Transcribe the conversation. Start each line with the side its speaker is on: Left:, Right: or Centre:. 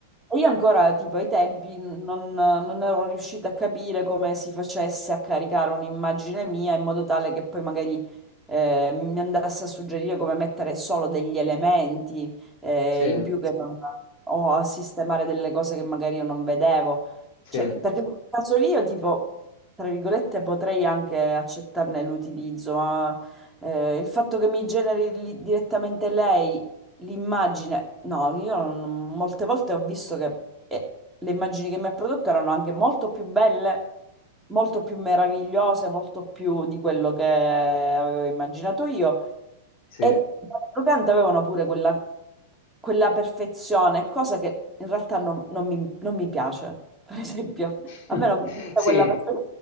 Centre: e io ancora tipo ai tempi non, non ero riuscita a capire come si facesse a caricare un'immagine mia in modo tale che poi magari eh, mi andasse a suggerire come mettere solo degli elementi eh,
Left: sì,
Centre: in più che non- o a sistemare delle cose che magari io non vedevo.
Left: sì,
Centre: Cioè, perché in quel caso lì io tipo, tra virgolette, potrei anche accettarne l'utilizzo, ma eh, il fatto che mi generi li- direttamente lei l'immagine, no, io non- molte volte ho visto che eh, le immagini che mi ha prodotto erano anche molto più belle molto più meravigliose, molto più di quello che avevo immaginato io.
Left: sì.
Centre: E d'altro canto avevano pure quella, quella perfezione, cosa che in realtà non, non mi, non mi piace. <laughs> Per esempio,
Left: <laughs>
Centre: a me non, tutta
Left: Sì,
Centre: quella perfezione